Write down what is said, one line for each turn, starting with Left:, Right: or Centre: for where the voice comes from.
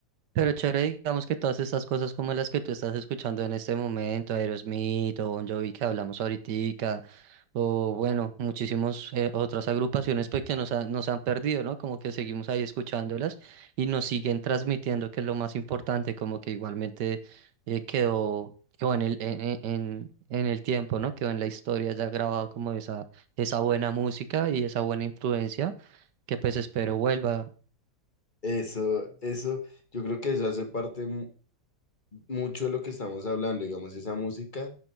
Right: Pero chévere, digamos que todas estas cosas como las que tú estás escuchando en este momento, Aerosmith o Bon Jovi que hablamos ahorita, o bueno, muchísimas otras agrupaciones pues que nos, ha- nos han perdido, ¿no? Como que seguimos ahí escuchándolas y nos siguen transmitiendo, que es lo más importante, como que igualmente eh, quedó, quedó en el, en, en, en- en el tiempo, ¿no? Quedó en la historia ya grabado como esa, esa buena música y esa buena influencia que pues espero vuelva.
Left: Eso, eso, yo creo que eso hace parte, mucho de lo que estamos hablando, digamos, esa música